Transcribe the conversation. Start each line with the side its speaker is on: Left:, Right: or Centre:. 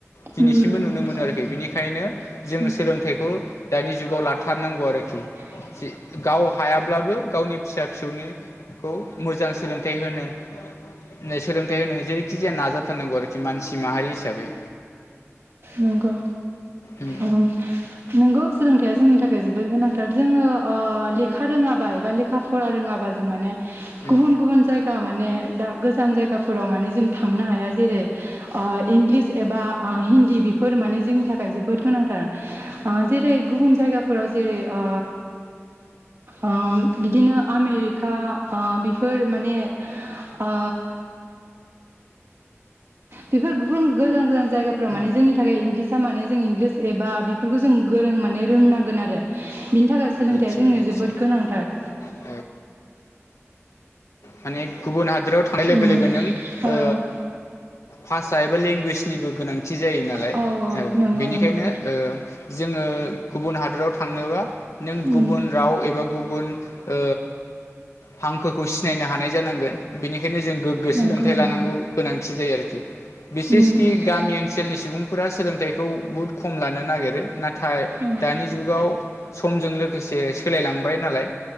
Left: दिनैसिमबो
Right: उम,
Left: नुनो
Right: नंगौ
Left: मोनो आरोखि बेनि बेखायनो जों
Right: उम,
Left: सोलोंथाइखौ दानि जु लाथारनांगौ आरोखि
Right: उम,
Left: गाव हायाब्लाबो गावनि फिसा फिसौनि खौ मोजां सोलोंथाइ होनो दिनै सोलोंथाइ होनो जेरैखि जाया नाजाथारनांगौ आरोखि मानसि माहारि हिसाबै
Right: नंगौ
Left: उम
Right: अम नंगौ जोंनि थाखाय जोबोर गोनांथार जोङो ओ लेखा रोङाबा एबा लेखा फरा रोङाबा जों माने
Left: उम
Right: गुबुन गुबुन जायगा माने दा गोजान जायगाफोराव माने जों थांनो हाया जेरै ओ इंलिस एबा हिन्दी बेफोर माने जोंनि थाखाय जोबोद गोनांथार जै गुबुन जायगाफोराव जेरै ओ ओ बिदिनो आमेरिका ओ बेफोर माने ओ बेफोर गुबुन गोजान गोजान जायगाफ्राव
Left: उम
Right: माने जोंनि थाखाय इंलिसआ माने जों इंग्लिस एबा बेफोरखौ जों गोरों माने रोंनांगोन आरो बिनि थाखाय सोलोंथाइया
Left: निस्सय
Right: जोंनो
Left: निस्सय
Right: जोबोद गोनांथार
Left: <inaudible> माने गुबुन हादराव थांनाय लोगो
Right: उम
Left: लोगो नों
Right: ओं
Left: ओ भाषा एबा लेंगुवेजनिबो गोनांथि जायो नालाय
Right: औ औ
Left: ओ
Right: नंगौ
Left: बेनिखायनो
Right: नंगौ
Left: ओ जोङो गुबुन हादराव थांनोबा नों गुबुन
Right: उम
Left: राव एबा गुबुन ओ हांखोखौ सिनायनो हानाय जानांगोन बेनिखायनो जों गोग्गो सोलोंथाइ
Right: उम नंगौ
Left: लानांगौ
Right: नंगौ
Left: गोनांथि जायो आरोखि बिसेसकि
Right: उम उम
Left: गामि ओनसोलनि सुबुंफोरा सोलोंथाइखौ बुहुद खम लानो नागिरो नाथाय
Right: औ
Left: दानि जुगाव समजों लोगोसे सोलायलांबाय नालाय